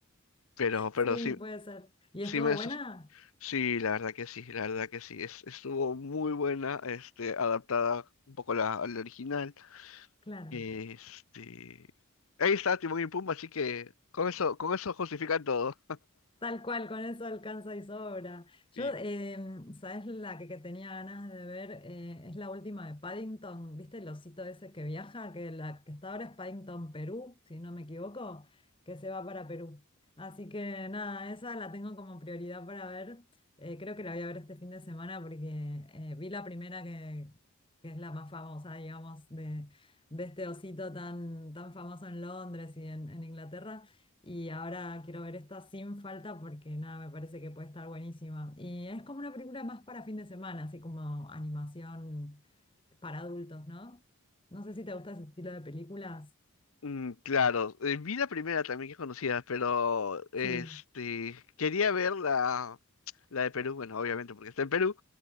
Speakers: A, on the left; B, on the left.
A: Pero, pero
B: sí,
A: sí,
B: puede ser. ¿Y
A: sí
B: estuvo
A: me
B: buena?
A: sus- sí, la verdad que sí, la verdad que sí. Es, estuvo muy buena, este, adaptada un poco a la, a la original.
B: Claro.
A: Este. Ahí está Timón y Pumba, así que con eso, con eso justifican todo.
B: Tal cual, con eso alcanza y sobra. Yo,
A: Y
B: em, ¿sabes la que, que tenía ganas de ver? Eh, es la última de Paddington, ¿viste el osito ese que viaja? Que la que está ahora es Paddington, Perú, si no me equivoco, que se va para Perú. Así que nada, esa la tengo como prioridad para ver. Eh, creo que la voy a ver este fin de semana porque eh, vi la primera que, que es la más famosa, digamos, de, de este osito tan, tan famoso en Londres y en en Inglaterra. Y ahora quiero ver esta sin falta porque nada, me parece que puede estar buenísima. Y es como una película más para fin de semana, así como animación para adultos, ¿no? No sé si te gusta ese estilo de películas.
A: Mm, claro, eh, vi la primera también que conocía, pero este
B: Sí.
A: quería ver la, la de Perú, bueno, obviamente porque está en Perú,